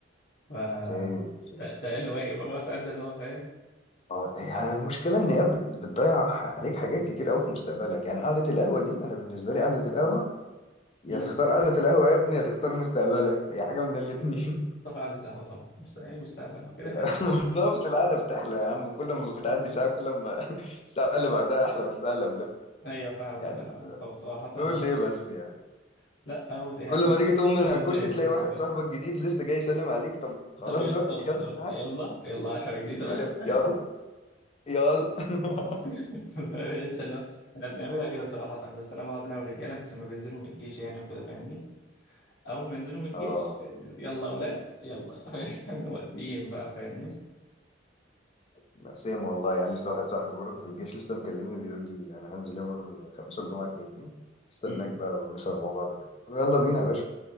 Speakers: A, on the left (about 65°); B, on the left (about 35°).
A: ف
B: <laughs> سيم سيم
A: ده ده اقل واجب اربع ساعات ده اللي هو فاهم
B: اه هي المشكلة إن هي بت- بتضيع عليك حاجات كتير أوي في مستقبلك يعني قعدة القهوة دي أنا بالنسبة لي قعدة القهوة يا
A: امم
B: تختار قعدة القهوة يا ابني يا تختار مستقبلك يا حاجة من الاتنين
A: طبعا قعدة القهوه طبعا مستقبل مستقبل ما كده
B: <laughs> القهوة-
A: كده طبعا
B: بالظبط القعدة بتحلى يا عم كل ما بتعدي ساعة كل ما <laughs> الساعة اللي بعدها أحلى من الساعة اللي قبلها
A: ايوه فاهمك
B: يعني
A: لا طب صراحة
B: نقول
A: نفس
B: ليه
A: الموضوع
B: بس يعني
A: لا اوت ايه يا
B: كل
A: عم
B: ما تيجي تقوم من على
A: قصدي
B: الكرسي
A: يعني
B: تلاقي
A: ذاك
B: واحد
A: دي.
B: صاحبك جديد لسه جاي يسلم عليك طب خلاص
A: طب يا-
B: بقى
A: طب
B: يلا
A: طب
B: تعال
A: يلا يلا عشرة جديدة بقى
B: اللي يلا يلا <laughs>
A: <laughs> فقلت لا احنا بنعملها كده صراحة بس انا بقعد انا والرجالة بس لما بينزلوا من الجيش يعني وكده فاهمني اول ما ينزلوا من الجيش
B: اه
A: يلا اولاد يلا <laughs> فاهم مقدمين بقى فاهمني
B: لا سيم والله يعني لسه واحد صاحبي برضه في الجيش لسه مكلمني بيقول لي انا هنزل يوم الخميس والجمعة الجايين استناك
A: م-م.
B: بقى ونسهر مع بعض كده قلت له يلا بينا يا باشا